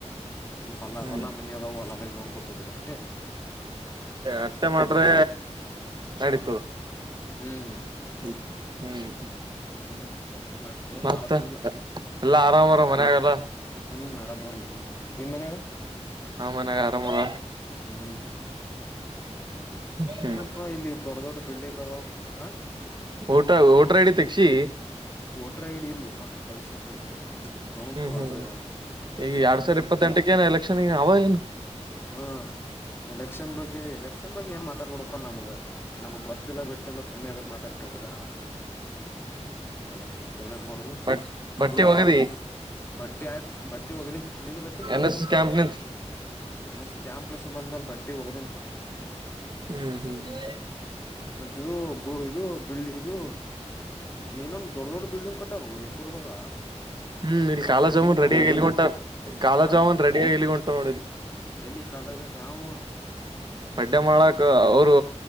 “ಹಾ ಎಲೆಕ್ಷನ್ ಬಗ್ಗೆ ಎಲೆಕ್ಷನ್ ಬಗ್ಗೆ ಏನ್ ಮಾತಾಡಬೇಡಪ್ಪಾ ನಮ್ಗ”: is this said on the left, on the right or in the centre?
Left